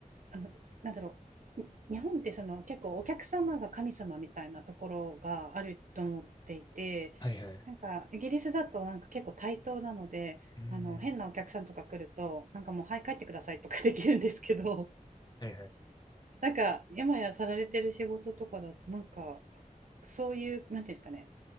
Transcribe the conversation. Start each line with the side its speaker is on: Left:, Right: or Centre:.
Right: あの、なんだろう。に日本ってその結構お客様が神様みたいなところがあると思っていて、
Left: はいはい。
Right: なんかイギリスだとなんか結構対等なので、
Left: うーん、
Right: あの変なお客さんとか来ると、なんかもうはい帰ってくださいとかできるんですけど、
Left: はいはい
Right: なんか今やさられてる仕事とかだとなんかそういうなんていうんですかね